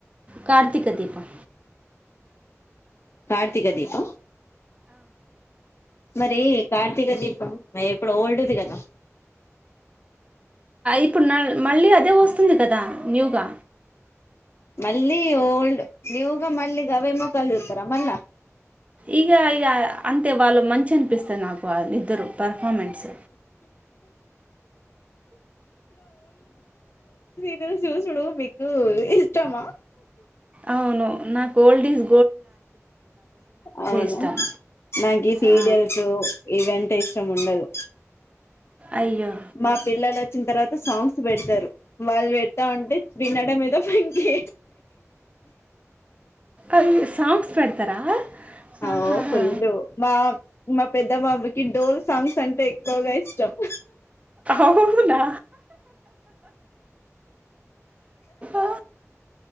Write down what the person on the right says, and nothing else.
కార్తీక దీపం
ఇప్పుడు మళ్ళీ అదే వస్తు వస్తుంది కదా న్యూగా
ఇంగా ఇంగా అంతే వాళ్ళు మంచి అనిపిస్తారు నాకు ఇద్దరు పర్ మూమెంట్స్
అవును నా గోల్డ్స్
ఇష్టం
ఆ,
అయ్యో
అయ్యో సాంగ్స్ పెడతారా
ఆహా.
అవునా ఆహా.